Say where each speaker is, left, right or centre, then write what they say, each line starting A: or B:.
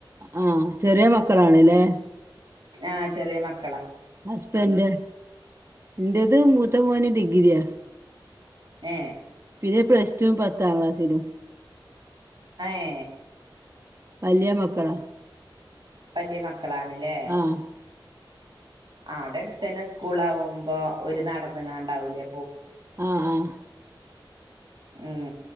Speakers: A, on the right; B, on the right.
A: ആഹ ചെറിയ മക്കളാണല്ലേ
B: ആഹ ചെറിയ മക്ക
A: ഹസ്ബൻഡ് എന്റേത് മൂത്ത മോന് ഡിഗ്രിയാ
B: ഏ
A: പിന്നെ പ്ലസ് ടു പത്താം ക്ലാസ്സിൽ
B: ആഏ
A: വലിയ മക്കളാ
B: വലിയ മക്കളാണ്ല്ലേ
A: ആഹ്
B: ആടെ അടുത്തന്നെ സ്കൂള ആകുമ്പോ ഒരു നടതാങ്ങാണ്ടാവൂലേ
A: ആ അഹ്
B: ഉം